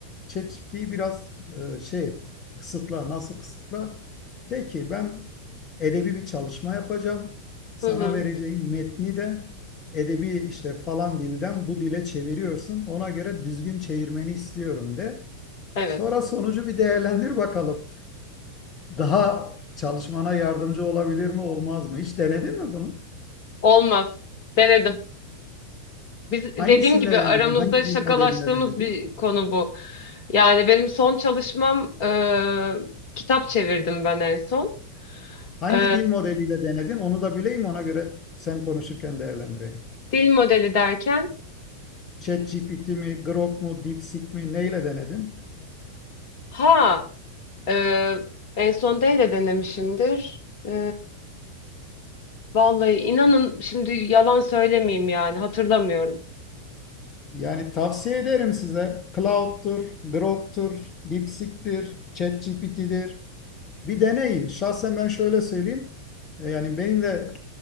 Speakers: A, on the left; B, on the left.
A: ChatGPT'yi biraz e, şey et kısıtla nasıl kısıtla de ki ben edebi bir çalışma yapacağım sana
B: Hı hı.
A: vereceğim metni de edebi işte falan dilden bu dile çeviriyorsun ona göre düzgün çevirmeni istiyorum de
B: Evet.
A: sonra sonucu bir değerlendir bakalım. Daha çalışmana yardımcı olabilir mi, olmaz mı? Hiç denedin mi bunu?
B: Olmaz. Denedim. Biz dediğim
A: Hangisinde
B: gibi aramızda
A: denedin? Hangi
B: şakalaştığımız
A: dil modelinde denedin?
B: bir konu bu. Yani benim son çalışmam e, kitap çevirdim ben en son.
A: Hangi
B: E,
A: dil modeliyle denedin? Onu da bileyim ona göre sen konuşurken değerlendireyim.
B: dil modeli derken
A: ChatGPT mi, Grok mu, DeepSeek mi neyle denedin?
B: ha e, en son D ile denemişimdir. E, Vallahi inanın şimdi yalan söylemeyeyim yani hatırlamıyorum.
A: Yani tavsiye ederim size. Cloud'tur, Grok'tur, DeepSeek'tir, ChatGPT'dir. bir deneyin. Şahsen ben şöyle söyleyeyim. E, Yani benim de